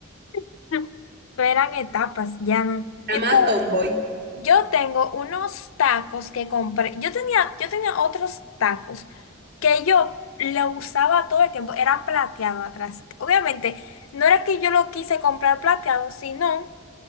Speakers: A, on the left (about 80°); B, on the right (about 55°).
A: <laughs> eran etapas, ya no.
B: la
A: Y
B: más
A: tú
B: tomboy.
A: Yo tengo unos tacos que compré. Yo tenía, yo tenía otros tacos que yo lo usaba todo el tiempo. Era plateado atrás. Obviamente, no era que yo lo quise comprar plateado, sino.